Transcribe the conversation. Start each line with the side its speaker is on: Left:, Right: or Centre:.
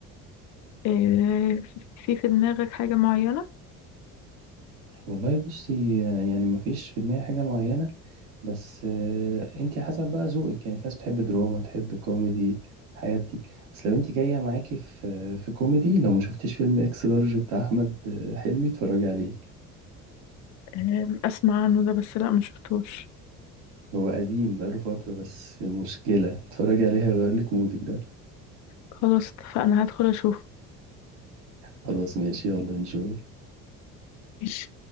Left: آه، في في دماغك حاجه معينه
Right: والله بصي يعني مفيش في دماغي حاجة معينة بس آه، انتي حسب بقى ذوقك يعني في ناس بتحب دراما تحب كوميدي الحاجات دي بس لو انتي جاية معاكي في في كوميدي لو ما شفتيش فيلم اكس لارج بتاع احمد آه، حلمي اتفرجي عليه
Left: أم، اسمع عنه ده بس لا ما شفتوش
Right: هو قديم بقاله فترة بس مشكلة اتفرجي عليه هيغيرلك مودك ده
Left: خلاص اتفقنا هدخل اشوف
Right: خلاص ماشي يلا انجوي
Left: ماشي